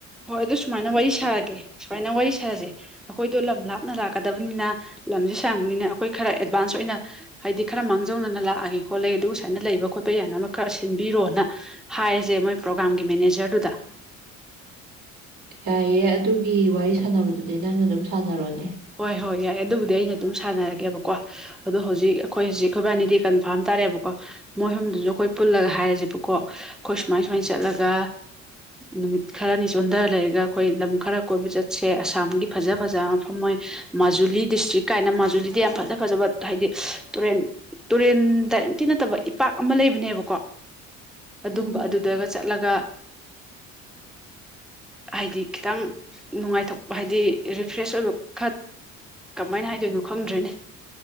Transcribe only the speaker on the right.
ꯌꯥꯥꯏꯌꯦ ꯑꯗꯨꯒꯤ ꯋꯥꯔꯤ ꯁꯥꯟꯅꯕꯗꯨꯗꯤ ꯅꯪꯅ ꯑꯗꯨꯝ ꯁꯥꯟꯅꯔꯣꯅꯦ
ꯎꯝ